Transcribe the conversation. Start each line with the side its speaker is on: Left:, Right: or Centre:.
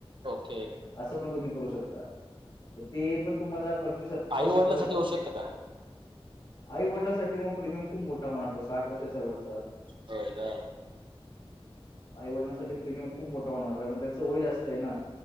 Right: ओके
Left: असं पण तुम्ही करू शकता तर ते पण तुम्हाला पंचवीस
Right: आई
Left: सव्वीस
Right: वडिलासाठी
Left: पर्यंत
Right: औषध का
Left: आईवडिलासाठी मग प्रीमियम खूप मोठा म्हणतो साठ वर्षाच्या वरचा
Right: होय का
Left: आईवडण्यासाठी प्रीमियम खूप मोठा होणार कारण त्यांचं वय जास्त आहे ना